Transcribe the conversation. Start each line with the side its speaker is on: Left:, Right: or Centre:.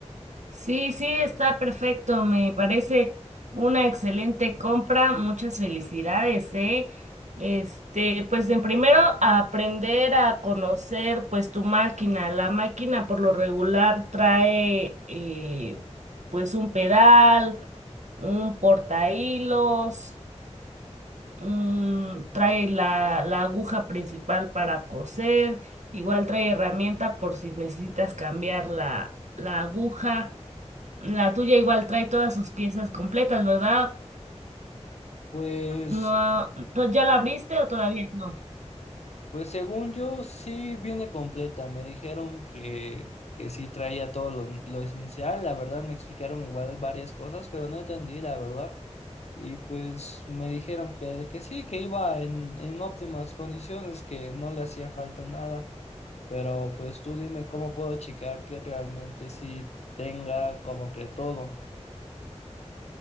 Right: Sí, sí, está perfecto. Me parece una excelente compra. Muchas felicidades, ¿eh? Este, pues en primero aprender a conocer pues tu máquina. La máquina por lo regular trae eh, pues un pedal, un portahilos, un- trae la, la aguja principal para coser, igual trae herramienta por si necesitas cambiar la, la aguja. La tuya igual trae todas sus piezas completas, ¿verdad?
Left: Pues
Right: No, to- ¿ya la abriste o todavía no?
Left: Pues según yo, sí viene completa. Me dijeron que, que sí traía todo lo, lo esencial. La verdad, me explicaron igual varias cosas, pero no entendí, la verdad. Y pues me dijeron que, que sí, que iba en, en óptimas condiciones, que no le hacía falta nada. Pero pues tú dime cómo puedo checar que realmente sí tenga como que todo.